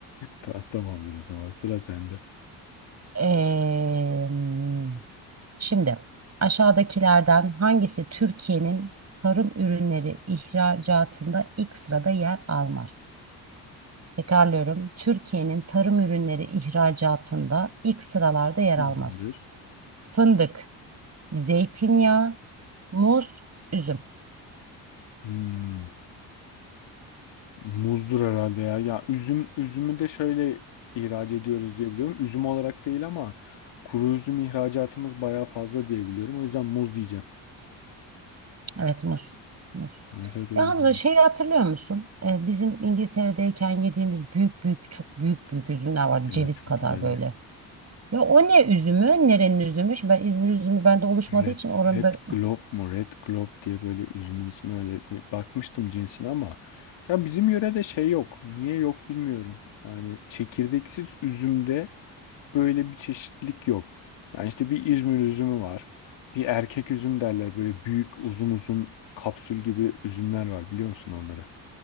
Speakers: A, on the left (about 75°); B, on the right (about 35°).
A: Ta- tamamdır o zaman sıra sende.
B: Ee, şimdi aşağıdakilerden hangisi Türkiye'nin tarım ürünleri ihracatında ilk sırada yer almaz? Tekrarlıyorum. Türkiye'nin tarım ürünleri ihracatında ilk sıralarda yer
A: Tamamdır.
B: almaz. Fındık, zeytinyağı, muz, üzüm.
A: Hmm. Muzdur herhalde ya. Ya üzüm üzümü de şöyle ihraç ediyoruz diye biliyorum. Üzüm olarak değil ama kuru üzüm ihracatımız bayağı fazla diye biliyorum. O yüzden muz diyeceğim.
B: Evet muz. Muz.
A: Evet evet öyle.
B: Ya Hamza
A: oldu.
B: şeyi hatırlıyor musun? Ee, bizim İngiltere'deyken yediğimiz büyük büyük çok büyük büyük üzümler var.
A: Evet
B: Ceviz
A: çok
B: kadar
A: güzeldi.
B: böyle. Ya o ne üzümü? Nerenin üzümü? Şimdi ben İzmir üzümü bende oluşmadığı
A: Red,
B: için orada...
A: Red Globe mu? Red Globe diye böyle üzümün ismi öyle bir bakmıştım cinsine ama ya bizim yörede şey yok. Niye yok bilmiyorum. Yani çekirdeksiz üzümde öyle bir çeşitlilik yok. Yani işte bir İzmir üzümü var. Bir erkek üzüm derler. Böyle büyük uzun uzun kapsül gibi üzümler var biliyor musun onları?